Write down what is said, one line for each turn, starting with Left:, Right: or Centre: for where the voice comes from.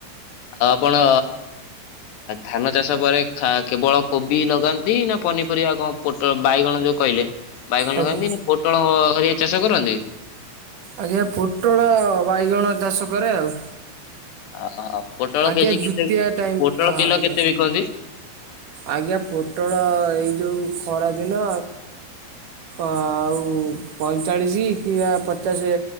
Left: ଆଉ ଆପଣ ଧାନ ଚାଷ ପରେ କେବଳ କୋବି ଲଗାନ୍ତି ନା ପନିପରିବା କଣ ପୋଟଲ ବାଇଗଣ ଯୋଉ କହିଲେ। ବାଇଗଣ
Right: ଆଜ୍ଞା
Left: ଲଗାନ୍ତି ପୋଟଳ ହରିକା ଚାଷ କରନ୍ତି।
Right: ଆଜ୍ଞା ପୋଟଳ ବାଇଗଣ ଚାଷ କରେ ଆଉ।
Left: ଅ ହୋ ପୋଟଳ
Right: ଆଜ୍ଞା
Left: କେଜି କେତେ?
Right: ଜୁତିଆ ଟାଇମ୍
Left: ପୋଟଳ
Right: ହଁ
Left: କିଲୋ
Right: ଆଜ୍ଞା
Left: କେତେ ବିକନ୍ତି।
Right: ଆଜ୍ଞା ପୋଟଳ ଏଇ ଯୋଉ ଖରାଦିନ ଆଉ ପଇଁଚାଳିଶି କିବା ପଚାଶ